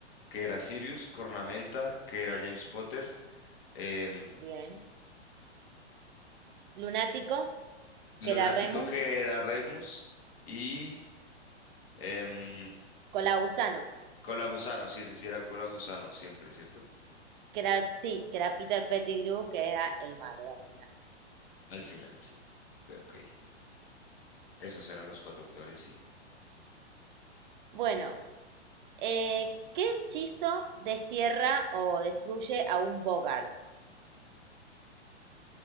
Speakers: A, on the left; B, on the right.
A: que era Sirius, Cornamenta, que era James Potter, em,
B: Bien. Lunático,
A: Lunático,
B: que era Remus,
A: que era Remus, y em,
B: Colausano,
A: Cola Gusano, sí, ese sí era Cola Gusano, siempre, ¿cierto?
B: que era, sí, que era Peter Pettigrew, que era el malo al final.
A: Al final, sí. Ok, ok. Esos eran los cuatro autores, sí.
B: Bueno, Eh, ¿qué hechizo destierra o destruye a un Bogart?